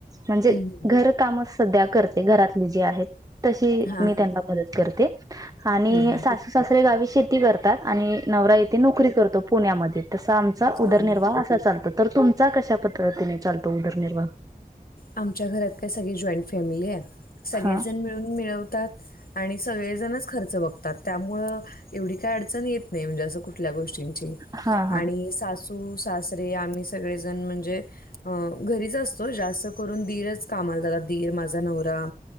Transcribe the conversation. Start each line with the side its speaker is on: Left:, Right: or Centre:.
Right: म्हणजे
Left: हम्म हम्म.
Right: घर कामच सध्या करते घरातली जी आहे तशी
Left: हां
Right: मी
Left: हां
Right: त्यांना मदत करते. आणि
Left: हम्म हम्म
Right: सासू सासरे गावी शेती करतात आणि नवरा येथे नोकरी करतो पुण्यामध्ये. तसा आमचा उदरनिर्वाह
Left: हां हां.
Right: असा चालतो तर तुमचा कशा पद्धतीने चालतो उदरनिर्वाह?
Left: आमच्या घरात काय सगळी जॉईंट फॅमिली आहे सगळेजण
Right: हा
Left: मिळून मिळवतात. आणि सगळेजणच खर्च बघतात त्यामुळ एवढी काय अडचण येत नाही म्हणजे असं कुठल्या गोष्टीं ची
Right: हा
Left: आणि
Right: हा
Left: सासू सासू सासरे आम्ही सगळे जण म्हणजे घरीच असतो जास्त करून दिर कामाला जातात दीर माझा नवरा.